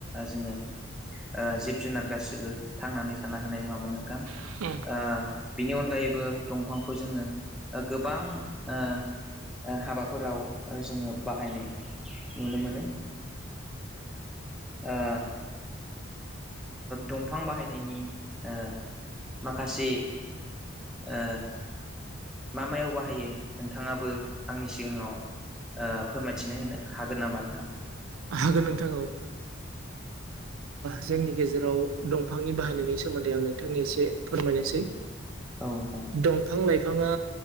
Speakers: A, in the centre; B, on the right (about 80°).
A: जोङो ओ जिब जुनार गासिबो थांनानै थानो हानाय नङामोन नोंथां
B: उम
A: ओ बिनि अनगायैबो दंफांखौ जोङो गोबां ओ हाबाफोराव जोङो बाहायनाय नुनो मोनो ओ दंफां बाहायनायनि ओ माखासे ओ मा मायाव बाहायो नोंथाङाबो आंनि सिगाङाव ओ फोरमायथिनो होनो हागोन नामा नोंथां?
B: हागोन नोंथां औ
A: <unintelligible>
B: जोंनि गेजेराव दंफांनि बाहायनायनि सोमोन्दै आं नोंथांनि एसे फोरमायनोसै
A: औ नोंथां
B: दंफां लाइफांङा